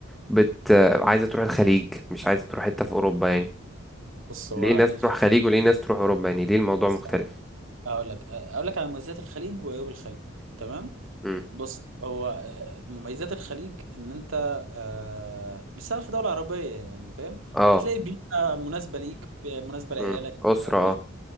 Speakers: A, in the centre; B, on the right.
A: بت عايزة تروح الخليج مش عايزة تروح حتة في أوروبا يعني
B: بص هو
A: ليه ناس
B: الخليج
A: تروح خليج وليه ناس تروح اوروبا يعني ليه الموضوع
B: بص
A: مختلف
B: هقول لك هقول لك على مميزات الخليج وعيوب الخليج تمام
A: امم
B: بص هو آه، مميزات الخليج ان انت آه، بتشتغل في دوله عربيه يعني فاهم
A: اه
B: هتلاقي بيئه مناسبه ليك مناسبه لعيالك
A: امم اسره
B: مناسبه
A: اه